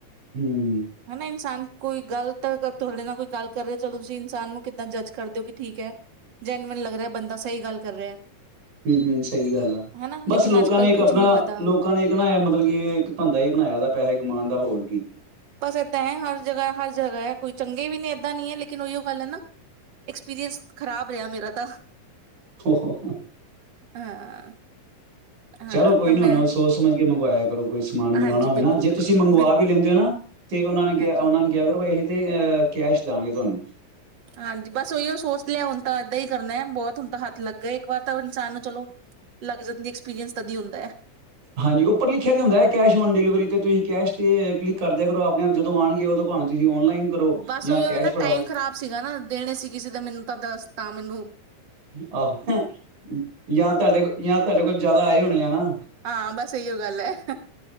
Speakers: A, on the right; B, on the right.
A: ਹੂੰ
B: ਹਨਾ ਇਨਸਾਨ ਕੋਈ ਗੱਲ ਤਾਂ ਤੁਹਾਡੇ ਨਾਲ ਕੋਈ ਗੱਲ ਕਰ ਰਿਹਾ ਚਲੋ ਤੁਸੀਂ ਇਨਸਾਨ ਨੂੰ ਕਿੱਦਾਂ ਜੱਜ ਕਰਦੇ ਹੋ। ਠੀਕ ਹੈ ਜੈਨਵਨ ਲੱਗ ਰਿਹਾ ਬੰਦਾ ਗੱਲ ਕਰ ਰਿਹਾ ਹੈ।
A: ਹਮ- ਹਮ ਸਹੀ ਗੱਲ ਆ।
B: ਹਨਾ
A: ਬਸ
B: ਲੇਕਿਨ
A: ਲੋਕਾਂ
B: ਅੱਜ ਕੱਲ
A: ਨੇ ਇੱਕ
B: ਕੁਛ
A: ਆਪਣਾ
B: ਨੀ ਪਤਾ
A: ਲੋਕਾਂ ਨੇ ਇੱਕ ਨਾ ਇਹ ਮਤਲਬ ਕਿ ਇੱਕ ਧੰਦਾ ਹੀ ਬਣਾਇਆ ਦਾ ਪੈਸੇ ਕਮਾਉਣ ਦਾ ਹੋਰ ਕੀ
B: ਬਸ ਇਏਦ ਹੈ ਹਰ ਜਗ੍ਹਾ ਹਰ ਜਗ੍ਹਾ ਹੈ ਕੋਈ ਚੰਗੇ ਵੀ ਨਹੀਂ ਇਏਦਾਂ ਨ ਹੈ ਲ ਨ ਉ ਗੱਲ ਹੈ ਨਾ ਐਕਸਪੀਰੀਅੰਸ ਖਰਾਬ ਰਿਹਾ ਮੇਰਾ ਤਾਂ
A: ਠਕ
B: ਹਾਂ ਹਾਂ
A: ਚਲੋ ਕੋਈ
B: ਤਾਂ ਮੈਂ
A: ਨੀ ਉਹਨੂੰ ਸੋਚ ਸਮਝ ਕੇ ਮੰਗਵਾਇਆ ਕਰੋ ਕੋਈ ਸਮਾਨ ਮੰਗਵਾਉਣਾ
B: ਹਾਂਜੀ
A: ਹੋਵੇ
B: ਬਿਲਕੁਲ
A: ਨਾ ਜੇ
B: ਬਿਲਕੁਲ
A: ਤੁਸੀਂ ਮੰਗਵਾ
B: ਬਿਲਕੁਲ
A: ਵੀ ਲੈਂਦੇ ਹੋ ਨਾ ਤੇ ਉਹਨਾਂ ਨੇ ਕਿਹਾ
B: ਹਾਂਜੀ
A: ਉਹਨਾਂ ਨੇ ਕਿਹਾ ਕਰੋ ਇਹ ਤੇ ਅਹ ਕੈਸ਼ ਦਵਾਂਗੇ ਤੁਹਾਨੂੰ
B: ਹਾਂਜੀ ਬਸ ਉਹੀਓ ਸੋਚ ਲਿਆ ਹੁਣ ਤਾਂ ਏਦਾਂ ਹੀ ਕਰਨਾ ਬਹੁਤ ਹੁਣ ਤਾਂ ਹੱਥ ਲੱਗ ਗਿਆ ਇੱਕ ਵਾਰ ਤਾਂ ਇਨਸਾਨ ਨੂੰ ਚਲੋ ਲੱਗ ਜਾਂਦੀ ਐਕਸਪੀਰੀਅੰਸ ਤਦੀ ਹੁੰਦਾ ਹੈ
A: ਹਾਂਜੀ ਉੱਪਰ ਲਿਖਿਆ ਦੇ ਹੁੰਦਾ ਹੈ ਕਿਆ ਔਨ ਡਿਲੀਵਰੀ ਤੇ ਤੁਸੀਂ ਕੈਸ਼ ਤੇ ਕਲਿਕ ਕਰਦਿਆ ਕਰੋ ਆਪਣੇ ਜਦੋਂ ਆਉਣਗੇ ਉਦੋਂਾਵੇਂ ਤੁਸੀਂ ਔਨਲਾਈਨ ਕਰੋ
B: ਬਸ
A: ਜਾਂ
B: ਉਹੀਓ
A: ਕੈਸ਼
B: ਹੈ ਨਾ
A: ਫੜਾਓ।
B: ਟਾਈਮ ਖ਼ਰਾਬ ਸੀਗਾ ਨਾ ਦੇਣੇ ਸੀ ਕਿਸੇ ਦਾ ਮੈਨੂੰ ਤਾਂ ਦ ਤਾਮਿਲ ਨੂੰ
A: ਆਹੋ ਜਾਂ ਤੁਹਾਡੇ ਕੋਲ ਜਾਂ ਤੁਹਾਡੇ ਕੋਲ ਜ਼ਿਆਦਾ ਆਏ ਹੋਣੇ ਆ ਨਾ
B: ਹਾਂ ਬਸ ਇਹੀਓ ਗੱਲ ਹੈ